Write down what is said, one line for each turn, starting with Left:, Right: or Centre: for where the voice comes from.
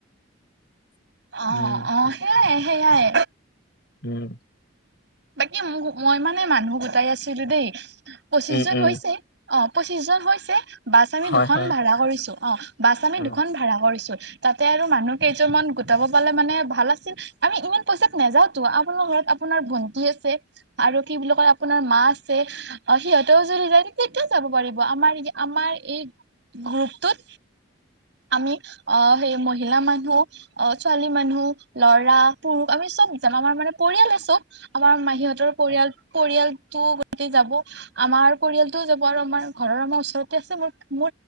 Right: অ
Left: উম
Right: অ সেইয়াই সেইয়াই
Left: উম
Right: বাকী মোৰ মই মানে মানুহ গোটাই আছিলো দেই পঁচিশ
Left: উম
Right: জন
Left: উম
Right: হৈছে অ পঁচিশ জন হৈছে বাছ আমি
Left: হয়
Right: দুখন
Left: হয়
Right: ভাড়া কৰিছো অ বাছ আমি
Left: উম
Right: দুখন ভাড়া কৰিছো। তাতে আৰু মানুহ কেইজনমান গোটাব পালে মানে ভাল আছিল আমি ইমান পইচাত নাযাওতো আপোনাৰ ঘৰত আপোনাৰ ভন্টি কি আছে আৰু কি বুলি কয় আপোনাৰ মা আছে অ সিহঁতেও যদি জাই তেতিয়া যাব পাৰিব আমাৰ আমাৰ এই গ্ৰুপটোত আমি অ সেই মহিলা মানুহ অ ছোৱালী মানুহ ল'ৰা পুৰুষ আমি চব যাম আমাৰ মানে। পৰিয়ালেই চব আমাৰ মাহীহঁতৰ পৰিয়াল পৰিয়ালটো গতে যাব আমাৰ পৰিয়ালটোও যাব আৰু আমাৰ ঘৰৰ আমাৰ ওচৰতে আছে ম মোৰ।